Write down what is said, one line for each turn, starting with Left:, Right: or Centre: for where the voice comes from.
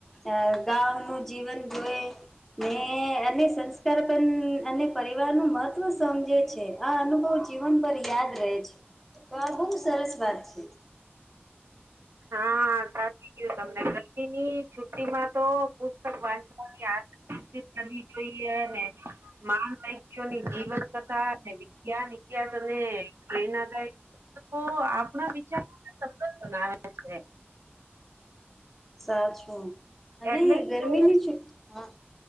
Centre: અ ગાઉ નુ જીવન જોય ને અને સંસ્કાર પણ અને પરિવાર નું મહત્વ સમજે છે આ અનુભવ જીવન પર યાદ રહે છે, તો આ બહુ સરસ વાત છે.
Right: હા. સાચી ક્યો તમને ગરમની છુટી માં તો પુસ્તક વાંચવાની આદ વાતચીત કરવી જોઈએ ને માહાન વહક્તિઓની જીવન કથા અને વિજ્ઞાન ઇતિહાસ અને પ્રેરણાદાય લોકો આપણા વિચાર માટે સતત બનાવે છે.
Centre: સાચું અને
Right: એટલે જ
Centre: ગરમીની
Right: તો
Centre: છુ હ